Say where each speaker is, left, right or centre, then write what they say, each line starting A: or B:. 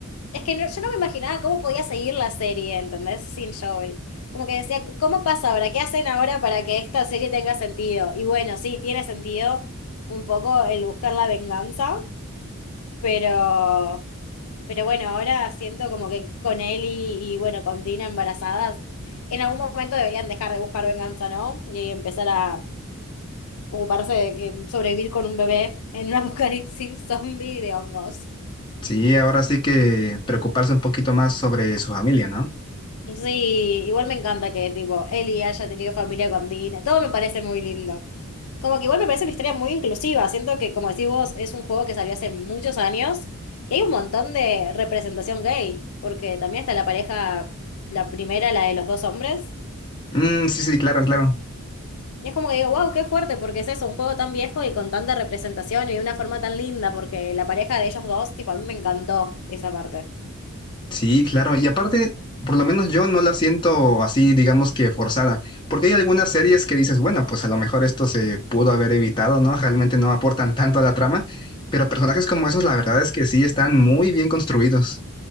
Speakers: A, on the left; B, on the left.
A: Es que no- yo no me imaginaba cómo podía seguir la serie, ¿entendés? Sin Joel. Como que decía, ¿cómo pasa ahora? ¿Qué hacen ahora para que esta serie tenga sentido? Y bueno, sí, tiene sentido un poco el buscar la venganza, pero, pero bueno, ahora siento como que con él y, y bueno, con Dina embarazadas, en algún momento deberían dejar de buscar venganza, ¿no? Y empezar a ocuparse de que sobrevivir con un bebé en un <laughs> apocalipsis zombie de hongos.
B: Sí, ahora sí que preocuparse un poquito más sobre su familia, ¿no?
A: Sí, igual me encanta que tipo Eli haya tenido familia con Dina, todo me parece muy lindo. Como que igual me parece una historia muy inclusiva, siento que como decís vos, es un juego que salió hace muchos años y hay un montón de representación gay, porque también está la pareja, la primera, la de los dos hombres,
B: Mm, sí, sí, claro, claro.
A: y es como que digo, wow, qué fuerte, porque es eso, un juego tan viejo y con tanta representación y de una forma tan linda, porque la pareja de ellos dos, tipo, a mí me encantó esa parte.
B: Sí, claro. Y aparte, por lo menos yo no la siento así, digamos que forzada, porque hay algunas series que dices, bueno, pues a lo mejor esto se pudo haber evitado, ¿no? Realmente no aportan tanto a la trama, pero personajes como esos, la verdad es que sí están muy bien construidos.